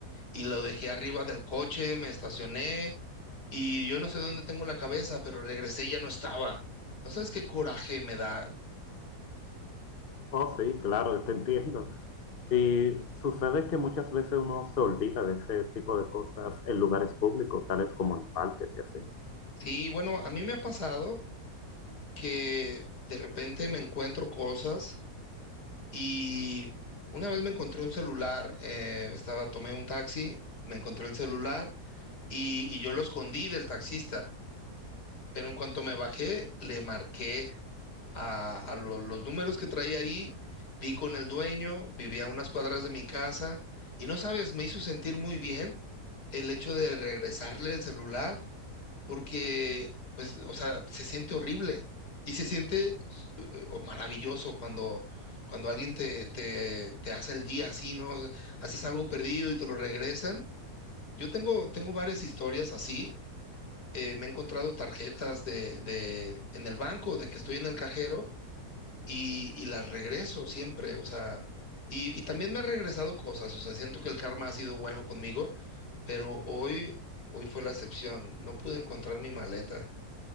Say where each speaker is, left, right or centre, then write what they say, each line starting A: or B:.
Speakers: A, on the left (about 80°); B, on the left (about 40°).
A: y lo dejé arriba del coche, me estacioné y yo no sé dónde tengo la cabeza, pero regresé y ya no estaba. ¿No sabes qué coraje me da?
B: Oh, sí, claro, te entiendo. Y sucede que muchas veces uno se olvida de ese tipo de cosas en lugares públicos, tales como en parques y así.
A: Sí, bueno, a mí me ha pasado. que de repente me encuentro cosas y una vez me encontré un celular, eh, estaba, tomé un taxi, me encontré el celular y, y yo lo escondí del taxista, pero en cuanto me bajé, le marqué a, a lo- los números que traía ahí, di con el dueño, vivía a unas cuadras de mi casa y no sabes, me hizo sentir muy bien el hecho de regresarle el celular porque, pues, o sea, se siente horrible y se siente eh, maravilloso cuando, cuando alguien te, te, te hace el día así, ¿no? Haces algo perdido y te lo regresan. Yo tengo, tengo varias historias así. eh, me he encontrado tarjetas de, de, en el banco, de que estoy en el cajero y, y las regreso siempre, o sea, y, y también me ha regresado cosas, o sea, siento que el karma ha sido bueno conmigo, pero hoy, hoy fue la excepción. No pude encontrar mi maleta.